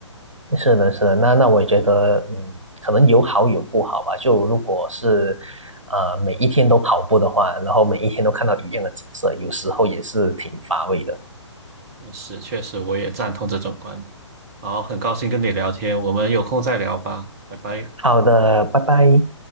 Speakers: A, on the right (about 80°); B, on the right (about 30°).
A: 是的，是的，那那我也觉得，嗯，可能有好有不好吧。就如果是，呃，每一天都跑步的话，然后每一天都看到一样的景色，有时候也是挺乏味的。
B: 是，确实我也赞同这种观点。好，很高兴跟你聊天，我们有空再聊吧，拜拜。
A: 好的，拜拜。